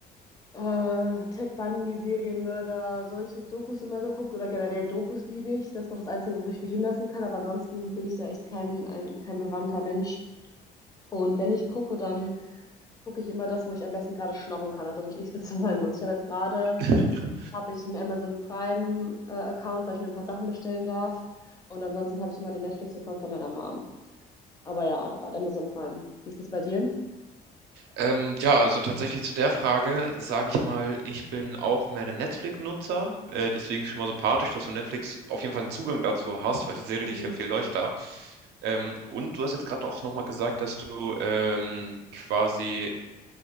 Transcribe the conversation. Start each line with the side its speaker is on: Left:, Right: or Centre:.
Left: Äh, Ted Bundy, Serienmörder, solche Dokus immer geguckt oder generell Dokus liebe ich. Das ist noch das Einzige, wo ich mich hinlassen kann, aber ansonsten bin ich da echt kein, ein, kein bewandter Mensch. Und wenn ich gucke, dann gucke ich immer das, wo ich am besten gerade schnorren kann, also wo ich nichts <laughs> bezahlen muss. Ich habe jetzt gerade,
Right: <laughs>
Left: habe ich einen Amazon Prime äh, Account, weil ich mir ein paar Sachen bestellen darf. Und ansonsten habe ich immer den Netflix-Account von meiner Mom. Aber ja, gerade Amazon Prime. Wie ist das bei dir?
Right: Ähm, ja, also tatsächlich zu der Frage sage ich mal, ich bin auch mehr der Netflix-Nutzer. Äh, deswegen ist schon mal sympathisch, dass du Netflix auf jeden Fall einen Zugang dazu hast, weil die Serie,
Left: Mhm.
Right: die ich empfehle, läuft da. Ähm, und du hast jetzt gerade auch nochmal gesagt, dass du ähm, quasi